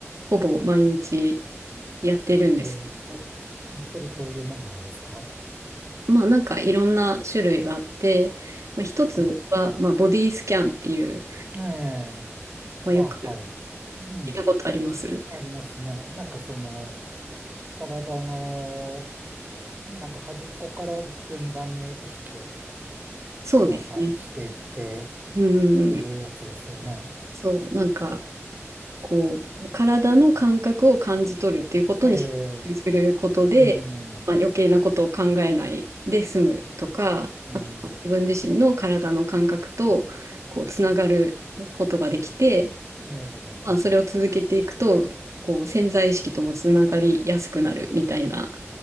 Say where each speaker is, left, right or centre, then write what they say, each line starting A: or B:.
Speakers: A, on the right; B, on the right.
A: ほぼ毎日やってるんですけど、
B: ええ、えそれどういうもんなんですか
A: まあなんかいろんな種類があって、まあ、一つは、
B: はい。
A: まあ、ボディスキャンっていう、
B: ええ、
A: まあ、
B: あ、
A: よく
B: はい。うん、
A: 聞いたことあります。
B: ありますね。なんかその、体の、なんか端っこから順番に意識を、
A: そうですね。
B: なんかしていってっ
A: うんうんうん。
B: ていうやつですよね。
A: そう、なんかこう、体の感覚を感じ取るっていうことに集中することで、
B: ええ、うん、
A: まあ、余計なことを考えないで済むとか、
B: うん。
A: あとは自分自身の体の感覚とこうつながることができて、
B: ええ、
A: まあ、それを続けていくと、こう潜在意識ともつながりやすくなるみたいな、